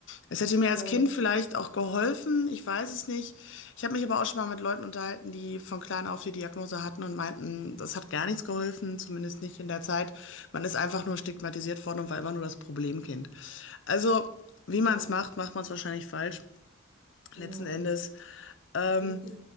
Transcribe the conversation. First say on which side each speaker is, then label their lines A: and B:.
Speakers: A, on the left; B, on the left.
A: Es hätte mir
B: ja,
A: als Kind
B: ja,
A: vielleicht auch geholfen, ich weiß es nicht. Ich habe mich aber auch schon mal mit Leuten unterhalten, die von klein auf die Diagnose hatten und meinten, das hat gar nichts geholfen, zumindest nicht in der Zeit. Man ist einfach nur stigmatisiert worden und war immer nur das Problemkind. Also, wie man
B: ja.
A: es macht, macht man es wahrscheinlich falsch, letzten
B: ja.
A: Endes. Ähm,
B: Ist das